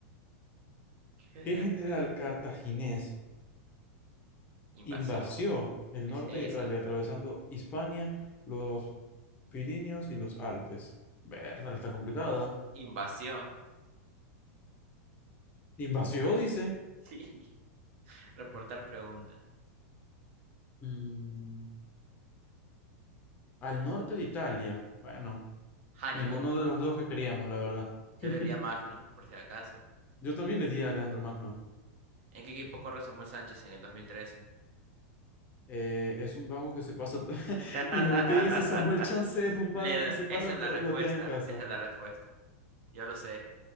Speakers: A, on the right; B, on the left.
A: Crear
B: ¿Qué general
A: carta.
B: cartaginés?
A: Invasión.
B: invasió el
A: ¿Qué
B: norte
A: es eso?
B: de Italia, atravesando Hispania, los Pirineos y los Alpes. Verdad, está complicada.
A: Invasión.
B: Invasión, dice.
A: Sí. <laughs> Reportar pregunta.
B: Mm, al norte de Italia. Bueno,
A: Hannibal.
B: ninguno de los dos que queríamos, la verdad.
A: Yo
B: <laughs>
A: le di a Magno, por si acaso.
B: Yo también le di a Alejandro Magno.
A: ¿En qué equipo corre Samuel Sánchez en el 2013?
B: Eh, es un vago que se pasa. to- <laughs>
A: <laughs>
B: Mira lo que dice Samuel Chance, es un
A: Le-
B: vago que se pasa
A: esa es la
B: todos
A: respuesta.
B: los días en casa.
A: Esa es la respuesta. Yo lo sé.